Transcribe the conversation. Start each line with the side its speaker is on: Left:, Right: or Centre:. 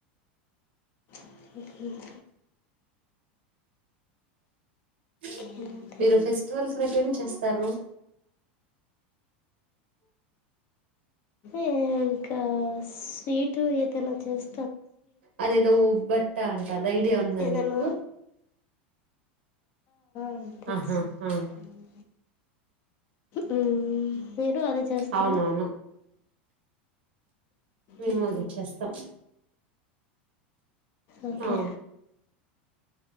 Left: <unintelligible>
Right: <inaudible>
Left: ఓకే, ఓకే
Right: మీరు ఫెస్టివల్ ప్రెసెంట్ చేస్తారు.
Left: ఏం క్లాస్ సీటు ఏదైనా చేస్తే
Right: అదేదో ఉబ్బట్ట అంటది ఐడియా ఉంది
Left: ఏదైనా
Right: మీకు
Left: అ
Right: ఆహా
Left: <unintelligible>
Right: ఆ
Left: మ్మ్. మీరు అదే చేస్తార
Right: అవునవును మేము
Left: మ్మ్.
Right: అదే చేస్తాం
Left: ఓకే
Right: ఆ